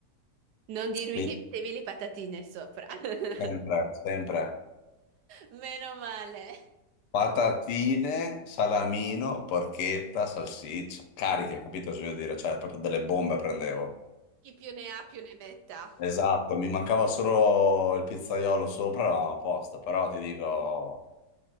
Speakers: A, on the right (about 75°); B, on the left (about 80°).
A: Non dirmi
B: quindi
A: <laughs> che mettevi le patatine sopra. <laughs>
B: sempre, sempre
A: Meno male.
B: patatine, salamino, porchetta, salsiccia, cariche, capito cosa voglio dire? Cioè, proprio delle bombe prendevo.
A: Chi più ne ha più ne metta.
B: Esatto, mi mancava solo il pizzaiolo sopra, eravamo a posto, però ti dico...